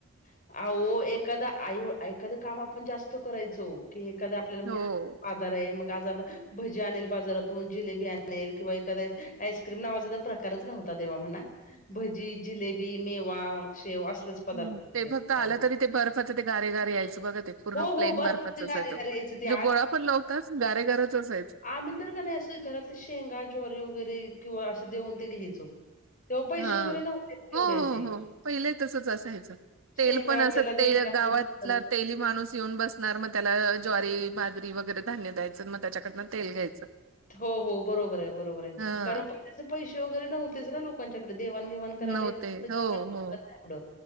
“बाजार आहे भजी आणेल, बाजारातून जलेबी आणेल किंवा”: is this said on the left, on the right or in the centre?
Left